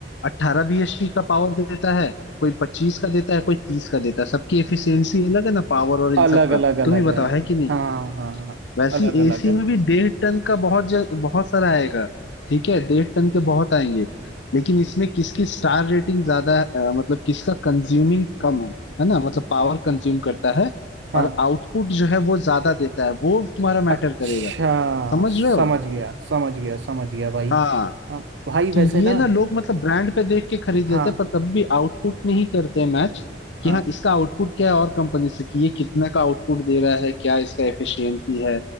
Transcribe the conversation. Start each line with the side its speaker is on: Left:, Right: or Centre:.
Left: अट्ठारह bhp का पावर देता है कोई पच्चीस का देता है कोई तीस का देता है सबकी एफिशिएंसी अलग है ना पावर और
Right: अलग
Left: इन सब का
Right: अलग अलग
Left: तुम ही
Right: है
Left: बताओ है कि नहीं
Right: हाँ हाँ
Left: वैसे
Right: अलग
Left: ही
Right: अलग
Left: एसी
Right: है
Left: में भी डेढ़ टन का बहुत जग, बहुत सारा आएगा ठीक है डेढ़ टन के बहुत आएंगे लेकिन इसमें किसकी स्टार रेटिंग ज्यादा है, अ, मतलब किसका कंज्यूमिंग कम है है ना मतलब पावर कंज्यूम करता है
Right: हाँ
Left: और आउटपुट जो है वो ज्यादा देता है वो तुम्हारा
Right: अच्छा
Left: मैटर करेगा समझ
Right: समझ
Left: रहे हो
Right: गया समझ गया समझ गया भाई
Left: हाँ
Right: हाँ, भाई वैसे
Left: कि ये
Right: ना
Left: ना लोग मतलब ब्रांड पे देख के खरीद
Right: हाँ
Left: लेते हैं पर कभी आउटपुट नहीं करते मैच कि
Right: हाँ
Left: हाँ इसका आउटपुट क्या है और कंपनी से कि ये कितना का आउटपुट दे रहा है क्या इसका एफिशिएंसी है